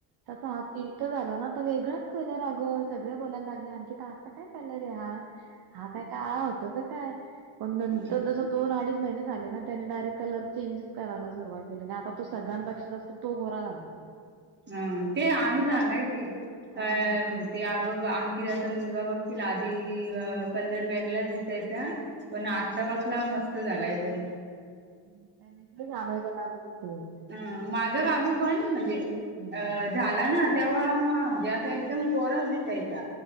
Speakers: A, on the right; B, on the right.
A: तसां हा ती ठा झाला ना त वेगंच कलर अगं सगले बोलायला लागले अंकिता असां काय कलर ये हा हा काय काळा होतो का काय पण नंतर
B: हा
A: जस दोन अडीच महिने झाले ना त्याने डायरेक्ट कलर चेंजच कराला सुरवात केली नं आता तो सगळ्यापेक्षा जास्त तो गोरा झालाय.
B: हा ते अनू सांगायची
A: हा.
B: कायं ते अगं अंकिताचा मुलगा बघशील आधी अ कलर वेगलाच दिसायचा पण आता कसला मस्त झालाय तो
A: <unintelligible> बोलतोय.
B: अ माझा बाबू पण म्हणजे
A: हम्म.
B: अ झाला ना तेव्हा म म्हणजे असा एकदम गोराच दिसायचा.